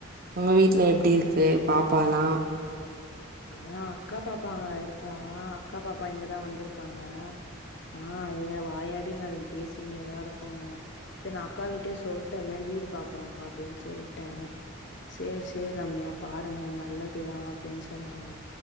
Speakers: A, on the right; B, on the left.
A: உங்க வீட்ல எப்டி இருக்கு பாப்பாலா
B: அதா அக்கா பாப்பா அங்க இருக்கா அக்கா பாப்பா இங்கதா வந்துருக்காங்க ஆ அதுதா வாயாடிங்க அதுங்க பேசினேதா இருக்கோங்க செரி நா அக்கா கிட்டயே சொல்ட்ட இந்த மேரி வீடு பாக்குறோக்கா அப்டீனு சொல்ட்ட சேரி சேரி ரம்யா பாருங்க நல்லதுதா அப்டீன் சொன்னாங்க